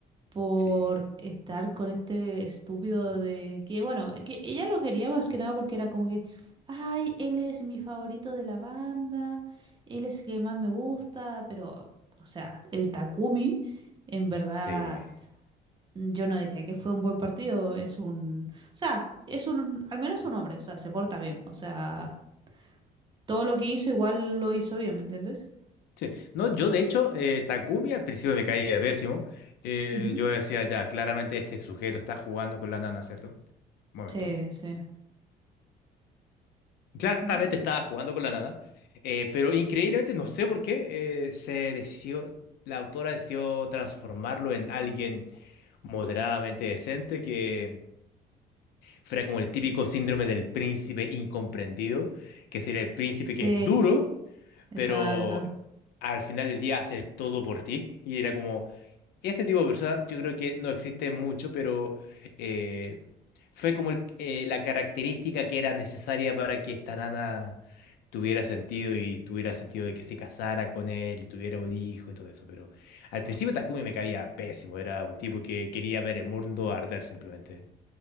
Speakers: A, on the right; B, on the left.
A: por
B: Sí,
A: estar con este estúpido de que, bueno, que ella lo quería más que nada porque era como que, ay, él es mi favorito de la banda, él es el que más me gusta, pero, o sea, el Takumi, en verdad,
B: sí,
A: yo no diría que fue un buen partido, es un, o sea, es un, al menos un hombre, o sea, se porta bien, o sea, todo lo que hizo igual lo hizo bien, ¿me entiendes?
B: sí. No, yo de hecho, eh, Takumi al principio me caía pésimo. Eh,
A: Ujú.
B: yo decía, ya, claramente este sujeto está jugando con la nana, ¿cierto? Un momento.
A: Sí, sí.
B: Claramente
A: Ujú.
B: estaba jugando con la nana, eh, pero increíblemente, no sé por qué, eh, se decidió, la autora decidió transformarlo en alguien moderadamente decente que fuera como el típico síndrome del príncipe incomprendido, que sería el príncipe
A: Sí,
B: que es duro,
A: exacto.
B: pero al final del día hace todo por ti. Y era como, ese tipo de persona yo creo que no existe mucho, pero eh, fue como el- eh, la característica que era necesaria para que esta nana tuviera sentido y tuviera sentido de que se casara con él y tuviera un hijo y todo eso. Pero al principio Takumi me caía pésimo, era un tipo que quería ver el mundo arder simplemente.